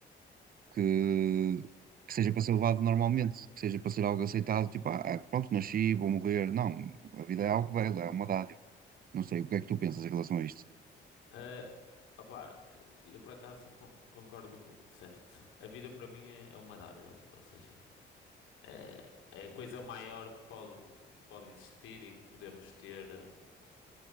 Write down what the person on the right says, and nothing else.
que, que seja para ser levado normalmente, que seja para ser algo aceitado, tipo, ah, é, pronto, nasci, vou morrer. Não, a vida é algo belo, é uma dádiva. Não sei, o que é que tu pensas em relação a isto?